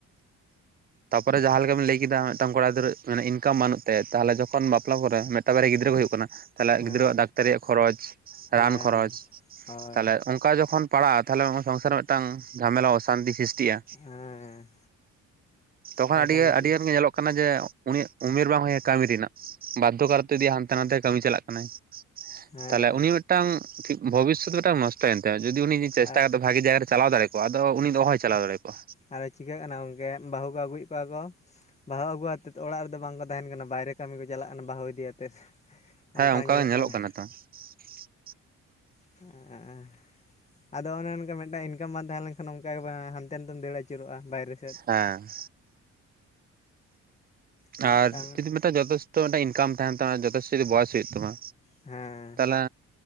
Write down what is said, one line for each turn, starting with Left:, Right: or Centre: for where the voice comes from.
Right: ᱛᱟᱯᱚᱨᱮ ᱡᱟᱦᱟᱸ ᱞᱮᱠᱟ ᱵᱤᱱ ᱞᱟᱹᱭ ᱠᱮᱫᱟ ᱢᱤᱫᱴᱟᱝ ᱠᱚᱲᱟ ᱜᱤᱫᱽᱨᱟᱹ ᱢᱟᱱᱮ ᱤᱱᱠᱟᱢ ᱵᱟᱹᱱᱩᱜ ᱛᱟᱭᱟ ᱛᱟᱦᱚᱞᱮ ᱡᱚᱠᱷᱚᱱ ᱵᱟᱯᱞᱟ ᱠᱚᱨᱸ ᱢᱮᱫ ᱛᱟᱨᱯᱟᱨᱮ ᱜᱤᱫᱽᱨᱟᱹ ᱠᱚ ᱦᱩᱭᱩᱜ ᱠᱟᱱᱟ᱾ ᱛᱟᱦᱞᱮ
Left: ᱦᱮᱸ
Right: ᱜᱤᱫᱽᱨᱟᱹᱣᱟᱜ ᱰᱟᱠᱛᱟᱨᱮᱭᱟᱜ ᱠᱷᱚᱨᱚᱪ,
Left: ᱦᱮᱸ
Right: ᱨᱟᱱ ᱠᱷᱚᱨᱚᱪ
Left: ᱦᱳᱭ
Right: ᱛᱟᱦᱞᱮ ᱚᱝ ᱠᱟ ᱡᱚᱠᱷᱚᱱ ᱯᱟᱲᱟᱜ-ᱟ ᱛᱟᱦᱚᱞᱮ ᱱᱚᱣᱟᱟ ᱥᱚᱝᱥᱟᱨ ᱨᱮ ᱢᱤᱫᱴᱟᱝ ᱡᱷᱟᱢᱮᱞᱟ ᱚᱥᱟᱱᱛᱤ ᱥᱤᱥᱴᱤᱜᱼᱟ᱾
Left: ᱦᱮᱸ᱾
Right: ᱛᱚᱠᱷᱟᱱ
Left: ᱚᱥᱟᱱᱛᱤ
Right: ᱟᱹᱰᱤ ᱟᱹᱰᱤᱜᱟᱱ ᱜᱮ ᱧᱮᱞᱚᱜ ᱠᱟᱱᱟ ᱡᱮ ᱩᱱᱤᱭᱟᱜ ᱩᱢᱮᱨ ᱵᱟᱝ ᱦᱩᱭ-ᱭᱟ ᱠᱟᱹᱢᱤ ᱨᱮᱱᱟᱜ ᱵᱟᱫᱽᱫᱷᱚ ᱠᱟᱨᱛᱮ ᱡᱩᱫᱤ ᱦᱟᱱᱛᱮ ᱱᱟᱛᱮ ᱠᱟᱹᱢᱤ ᱪᱟᱞᱟᱜ ᱠᱟᱱᱟᱭ᱾
Left: ᱦᱮᱸ
Right: ᱛᱟᱦᱚᱞᱮ ᱩᱱᱤ ᱢᱤᱫᱴᱟᱝ ᱯᱷᱤᱱᱵᱷᱚᱵᱤᱥᱚᱛ ᱢᱤᱫᱴᱟᱝ ᱱᱚᱥ ᱛᱮᱭᱮᱱ ᱛᱟᱭᱟ ᱡᱩᱫᱤ ᱩᱱᱤ ᱡᱮ ᱪᱮᱥᱴᱟ
Left: ᱟᱨ
Right: ᱠᱟᱛᱮᱜ ᱵᱷᱟᱜᱮ ᱡᱟᱭᱜᱟ ᱪᱟᱞᱟᱣ ᱫᱟᱲᱮ ᱠᱚᱜᱼᱟ ᱟᱫᱚ ᱩᱱᱤ ᱫᱚ ᱦᱚᱭ ᱪᱟᱞᱟᱣ ᱫᱟᱲᱮᱠᱚᱜ-ᱟ᱾
Left: ᱟᱨᱚ ᱪᱤᱠᱟᱹᱜ ᱠᱟᱱᱟ ᱜᱚᱢᱠᱮ ᱵᱟᱹᱦᱩ ᱠᱚ ᱟᱹᱜᱩᱭᱮᱫ ᱠᱚᱣᱟ ᱠᱚ ᱵᱟᱦᱟ ᱟᱹᱜᱩ ᱟᱛᱮᱫ ᱚᱲᱟᱜ ᱨᱮᱫᱚ ᱵᱟᱝ ᱠᱚ ᱛᱟᱦᱮᱱ ᱠᱟᱱᱟ᱾ ᱵᱟᱭᱨᱮ ᱠᱟᱹᱢᱤ ᱠᱚ ᱪᱟᱞᱟᱜ ᱠᱟᱱᱟ ᱵᱟᱦᱩ ᱤᱫᱤ ᱭᱟᱛᱮᱫ᱾
Right: ᱦᱮᱸ
Left: ᱚᱱᱠᱟ ᱧᱮᱞᱚᱜ
Right: ᱜᱮ
Left: ᱠᱟᱱᱟ᱾
Right: <unintelligible>
Left: <unintelligible> ᱟᱫᱚ ᱚᱱᱮ ᱚᱱᱠᱟ ᱢᱤᱫᱴᱟᱝ ᱤᱱᱠᱟᱢ ᱵᱟᱝ ᱛᱟᱦᱮᱸ ᱞᱮᱱᱠᱷᱟᱱ ᱱᱠᱟᱢ ᱵᱟᱝ ᱦᱟᱝᱱᱛᱮ ᱵᱟᱸ ᱦᱟᱱᱛᱮ ᱱᱟᱱᱟᱛᱮᱢ ᱫᱟᱹᱲ ᱟᱹᱪᱩᱨᱚᱜᱼᱟ ᱵᱟᱭᱨᱮ ᱥᱮᱫ᱾
Right: ᱦᱮᱸ᱾
Left: ᱢᱤᱫᱴᱟᱝ
Right: ᱟᱨ ᱡᱩᱫᱤ ᱢᱤᱫᱴᱮᱱ ᱡᱚᱛᱷᱮᱥᱴᱚ ᱢᱤᱫᱴᱮ ᱤᱱᱠᱟᱢ ᱛᱟᱦᱮᱱ ᱛᱟᱢᱟ ᱡᱚᱛᱷᱮᱥᱴᱚ ᱡᱩᱫᱤ ᱵᱚᱭᱮᱥ ᱦᱩᱭᱩᱜ ᱛᱟᱢᱟ᱾
Left: ᱦᱮᱸ᱾
Right: ᱚᱱᱟ